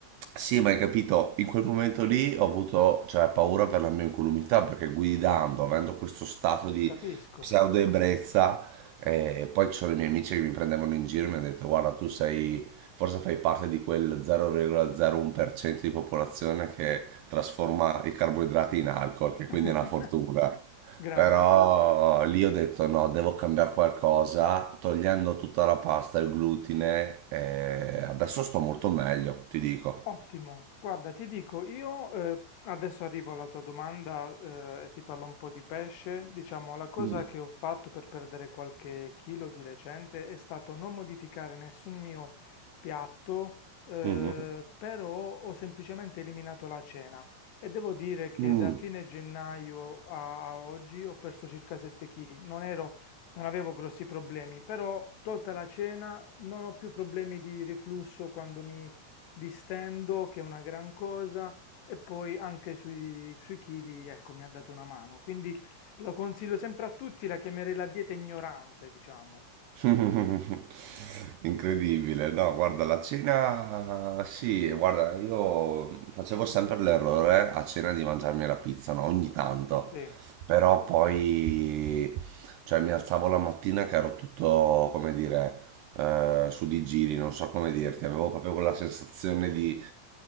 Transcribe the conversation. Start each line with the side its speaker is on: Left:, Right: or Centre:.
Right: sì, ma hai capito, in quel momento lì ho avuto, cioè, paura per la mia incolumità perché guidando, avendo questo stato di
Left: capisco.
Right: pseudo-ebbrezza, eh, poi ci sono i miei amici che mi prendevano in giro e mi hanno detto: Guarda, tu sei, forse fai parte di quel 0,01% di popolazione che trasforma i carboidrati in alcol, che
Left: <laughs>
Right: quindi è una fortuna.
Left: Grande.
Right: Però lì ho detto: No, devo cambiare qualcosa, togliendo tutta la pasta, il glutine, e adesso sto molto meglio, ti dico.
Left: Ottimo, guarda, ti dico, io eh, adesso arrivo alla tua domanda eh, e ti parlo un po' di pesce. Diciamo, la cosa
Right: Mm.
Left: che ho fatto per perdere qualche chilo di recente è stato non modificare nessun mio piatto, eh,
Right: Mhm.
Left: però ho semplicemente eliminato la cena e devo dire che
Right: Mm.
Left: da fine gennaio a a oggi ho perso circa 7 kg. Non ero, non avevo grossi problemi, però tolta la cena non ho più problemi di riflusso quando mi distendo, che è una gran cosa, e poi anche sui, sui chili, ecco, mi ha dato una mano. Quindi lo consiglio sempre a tutti, la chiamerei la dieta ignorante, diciamo.
Right: <laughs> Incredibile, no? Guarda, la cena, sì, guarda, io facevo sempre l'errore eh, a cena di mangiarmi la pizza, no? Ogni tanto,
Left: Sì,
Right: però poi, cioè, mi alzavo la mattina che ero tutto, come dire, eh, su di giri, non so come dirti, avevo proprio quella sensazione di,